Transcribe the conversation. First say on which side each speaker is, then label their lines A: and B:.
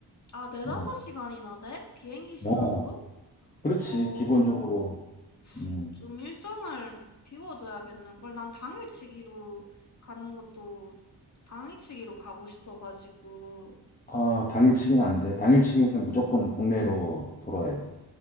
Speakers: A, on the left (about 45°); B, on the left (about 20°).
A: 아, 네다섯
B: 뭐,
A: 시간이나 돼? 비행기 시간으로?
B: 뭐, 그렇지,
A: 오,
B: 기본적으로. 음,
A: 좀 일정을 비워둬야겠는걸. 난 당일치기로 가는 것도 당일치기로 가고 싶어가지고.
B: 아, 당일치기는 안 돼. 당일치기는 무조건 국내로 돌아야지.